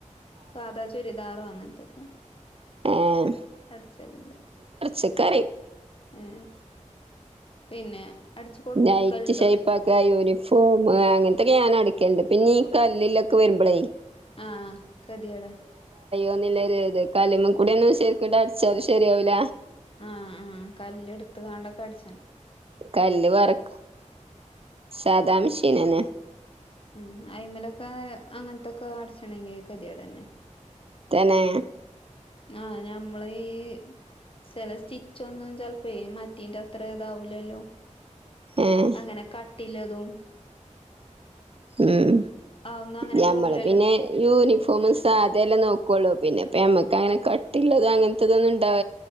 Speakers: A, on the left; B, on the right.
A: സാധാ ചുരിദാറുആ അങ്ങനത്തൊക്കെ
B: എം
A: അടച്ചലുണ്ട്
B: ശിക്കാരി
A: ഏ പിന്നെ അടിച്ചു കൊടുക്കലുണ്ടോ
B: നൈറ്റി ശൈപ്പാക്ക യൂണിഫോമേ അങ്ങനത്തൊക്കെ ഞാനടി ക്കിണ്ട് പിന്നീ കല്ലിലൊക്കെ വരുമ്പളേ
A: ആ ആ കടിയെടാ
B: ല്ല അതെ അതേ ഒരു ഇത് കല്മ്മ കൂടെ ഒന്നും ശരിക്കെ ഡാൻസികാരെ ശരിയാവില്ല
A: ആ ആ കല്ല് എടുത്ത് കാണ്ടൊക്കെ അടിച്ച
B: കല്ല് പെറക് സദാ മിഷീൻ ഇനന്നെ
A: ഉം ആയിമലൊ പായ് അങ്ങനത്തൊക്കെ അടിച്ചണെ ങ്കിൽ കതിയാ തന്നെ
B: തന്നെ
A: ആ ഞമ്മള ഈ ചില സ്റ്റിച്ച് ഒന്നും ചെലപ്പോ മറ്റേന്റെ അത്ര ഇതാവൂലല്ലോ
B: ഏഹ്
A: അങ്ങനെ ക ല്ലതും
B: ഉം
A: അതൊന്നും അങ്ങനെ
B: ഞമ്മള്
A: പോവൂലല്ലോ
B: പിന്നെ യൂണിഫോമ സാധ എല്ലാം നോക്കുള്ളൂ പിന്നെപ്പ മ്മക്ക് അങ്ങനെ കട്ടിള്ളത് അങ്ങന തത് ണ്ടാവ